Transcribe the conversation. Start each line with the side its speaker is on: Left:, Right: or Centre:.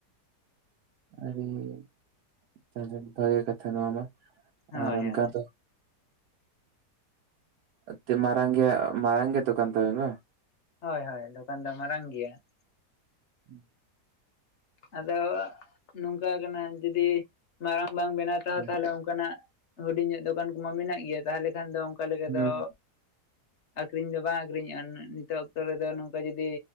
Right: ᱟᱨ ᱤᱭᱟᱹ ᱵᱷᱟᱜᱮ ᱠᱟᱛᱷᱟ ᱱᱚᱣᱟ ᱢᱟ
Left: ᱦᱳᱭ
Right: ᱟᱨ ᱚᱱᱠᱟ
Left: ᱦᱳᱭ
Right: ᱫᱚ ᱛᱤ ᱢᱟᱨᱟᱝᱜ ᱢᱟᱨᱟᱝᱜᱮ ᱫᱚᱠᱟᱱ ᱛᱟᱵᱤᱱ ᱵᱟᱝ?
Left: ᱦᱳᱭ ᱦᱳᱭ ᱫᱚᱠᱟᱱ ᱫᱚ ᱢᱟᱨᱟᱝ ᱜᱮᱭᱟ ᱾
Right: ᱦᱩᱸ᱾
Left: ᱟᱫᱚ ᱱᱚᱝᱠᱟ ᱠᱟᱱᱟ ᱡᱩᱫᱤ ᱢᱟᱨᱟᱝ ᱵᱟᱝ ᱵᱮᱱᱟᱣ ᱛᱮᱦᱚᱸ
Right: ᱦᱩᱸ
Left: ᱛᱟᱦᱚᱞᱮ ᱚᱱᱠᱟᱱᱟᱜ ᱦᱩᱰᱤᱧ ᱧᱚᱜ ᱫᱚᱠᱟᱱ ᱠᱚᱢᱟ ᱢᱮᱱᱟᱜ ᱜᱮᱭᱟ ᱛᱟᱦᱞᱮ ᱠᱷᱟᱱ ᱫᱚ ᱚᱱᱠᱟ ᱞᱮᱠᱟ
Right: ᱦᱮᱸ
Left: ᱫᱚ ᱟᱠᱠᱷᱨᱤᱧ ᱫᱚ ᱵᱟᱝ ᱟᱹᱷᱨᱤᱧᱚᱜᱼᱟ ᱱᱤᱛᱚᱜ ᱚᱠᱛᱚ ᱨᱮᱫᱚ ᱱᱚᱝᱠᱟ ᱡᱩᱫᱤ